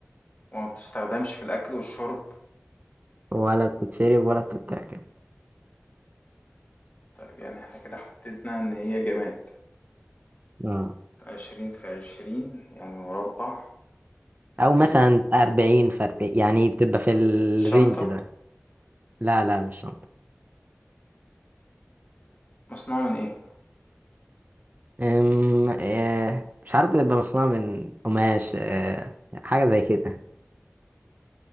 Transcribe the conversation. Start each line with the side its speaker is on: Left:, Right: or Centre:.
Left: وما بتستخدمش في الأكل والشرب
Right: ولا بتتشرب ولا بتتاكل
Left: طيب يعني احنا كده حددنا إن هي جماد
Right: اه
Left: عشرين في عشرين يعني مربع
Right: أو مثلا
Left: إيه؟
Right: أربعين في أربعين يعني بتبقى في الرينج
Left: شنطة
Right: ده لا لا مش شنطة
Left: مصنوعة من إيه؟
Right: أم... أه، مش عارف بتبقى مصنوعة من قماش أه، حاجة زي كده